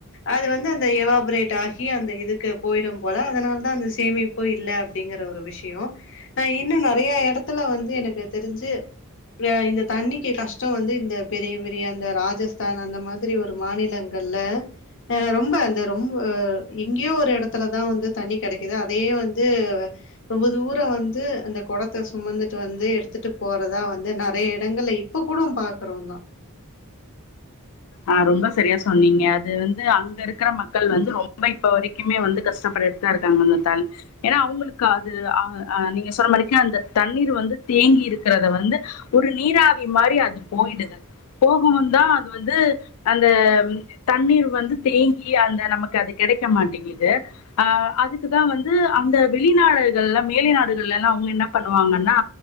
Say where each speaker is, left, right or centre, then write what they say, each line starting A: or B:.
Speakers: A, on the left; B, on the left.
A: அது வந்து அந்த எவாஃப்ரேட் ஆகி அந்த இதுக்கு போயிடும் போல அதனால தான் சேமிப்போ இல்ல அப்டிங்கற ஒரு விஷயம் ஆஹ் இன்னும் நெறையா எடத்துல வந்து எனக்கு தெரிஞ்சு வே இந்த தண்ணிக்கு கஷ்டம் வந்து இந்த பெரிய பெரிய அந்த ராஜஸ்தான் அந்த மாதிரி ஒரு மாநிலங்கள்ல அஹ் ரொம்ப அந்த ரொம்ப எங்கேயோ ஒரு இடத்துலதா வந்து தண்ணி கிடைக்குது அதையே வந்து ரொம்ப தூரம் வந்து அந்த குடத்தை சுமந்துட்டு வந்து எடுத்துட்டு போறதா வந்து நெறைய இடங்கள்ல இப்போ கூடோம் பாக்குறோந்தா
B: ஆஹ் ரொம்ப சரியா சொன்னீங்க அது வந்து அங்க இருக்கிற மக்கள் வந்து ரொம்ப இப்ப வரைக்குமே வந்து கஷ்டப்பட் ரெஸ்ட்டாருக்காங்கன்னு தள் ஏன்னா அவங்களுக்கு அது ஆஹ் ஆஹ் நீங்க சொன்ன மாரிக்கு அந்த தண்ணீர் வந்து தீ தேங்கி இருக்கிறத வந்து ஒரு நீராவி மாரி அது போயிடுது போகுனுன்னு நா அது வந்து அந்த தண்ணீர் வந்து தேங்கி அந்த நமக்கு அது கிடைக்க மாட்டேங்குது ஆஹ் ஆ அதுக்குதா வந்து அந்த வெளிநாடுகள்ல மேலை நாடுகள்லல்லா அவுங்க என்ன பண்ணுவாங்கன்னா